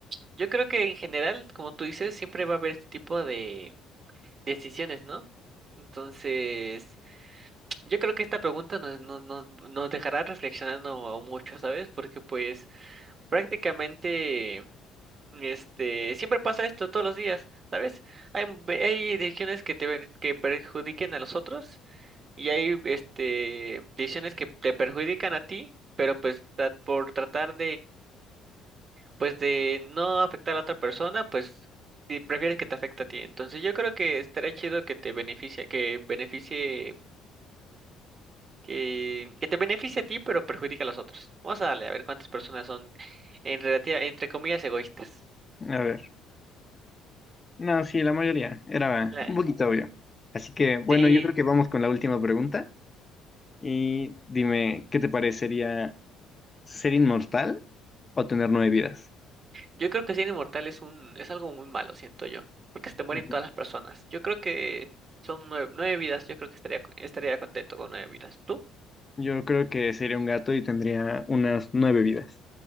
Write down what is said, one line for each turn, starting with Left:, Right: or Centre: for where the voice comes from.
Right: Yo creo que en general, como tú dices, siempre va a haber este tipo de decisiones, ¿no? Entonces, yo creo que esta pregunta nos, nos, nos, nos dejará reflexionando mucho, ¿sabes? Porque pues prácticamente, este, siempre pasa esto todos los días, ¿sabes? Hay, ve- hay decisiones que te ven- que perjudiquen a los otros y hay, este, decisiones que te perjudican a ti, pero pues tra- por tratar pues de no afectar a otra persona, pues si prefieres que te afecte a ti. Entonces yo creo que estaría chido que te beneficie, que beneficie, que, que te beneficie a ti, pero perjudica a los otros. Vamos a darle a ver cuántas personas son en relativa, entre comillas, egoístas.
Left: A ver. No, sí, la mayoría. Era
Right: La-
Left: un poquito obvio. Así que, bueno,
Right: sí,
Left: yo creo que vamos con la última pregunta. Y dime, ¿qué te parecería ser inmortal o tener nueve vidas?
Right: yo creo que ser inmortal es un, es algo muy malo, siento yo, porque se te mueren
Left: Ujú.
Right: todas las personas. Yo creo que son nueve, nueve vidas, yo creo que estaría, estaría contento con nueve vidas. ¿Tú?
Left: Yo creo que sería un gato y tendría unas nueve vidas.